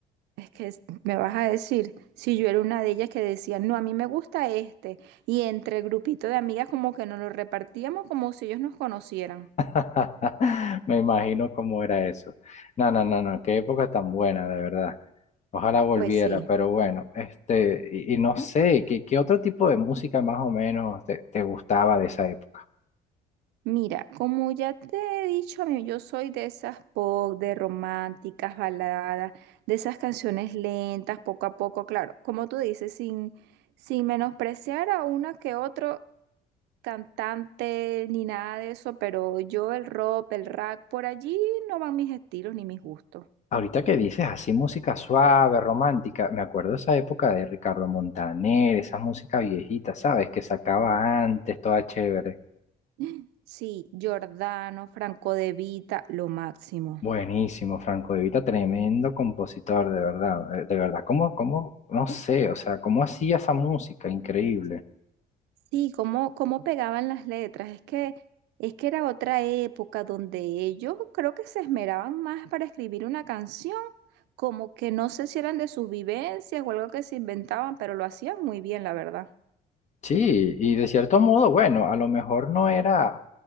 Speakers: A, on the right; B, on the left.
A: Es que es- me vas a decir, si yo era una de ellas que decía, no, a mí me gusta este, y entre el grupito de amigas como que nos lo repartíamos como si ellos nos conocieran.
B: <laughs> Me imagino cómo era eso. No, no, no, no, qué época tan buena, de verdad. Ojalá volviera,
A: Pues sí.
B: pero bueno, este, y, y no sé, ¿qué, qué otro tipo de música más o menos te te gustaba de esa época?
A: Mira, como ya te he dicho, a mí yo soy de esas pop, de románticas, baladas, de esas canciones lentas, poco a poco, claro, como tú dices, sin, sin menospreciar a una que otro cantante ni nada de eso, pero yo el rock, el rap, por allí no van mis estilos ni mis gustos.
B: Ahorita que dices así música suave, romántica, me acuerdo esa época de Ricardo Montaner, esa música viejita, ¿sabes? Que sacaba antes, toda chévere.
A: <gasps> Sí, Giordano, Franco De Vita, lo máximo.
B: Buenísimo, Franco De Vita, tremendo compositor, de verdad, eh, de verdad, ¿cómo, cómo, no sé, o sea, cómo hacía esa música? Increíble.
A: Sí, cómo, cómo pegaban las letras. Es que, es que era otra época donde ellos creo que se esmeraban más para escribir una canción, como que no sé si eran de sus vivencias o algo que se inventaban, pero lo hacían muy bien, la verdad.
B: Sí, y de cierto modo, bueno, a lo mejor no era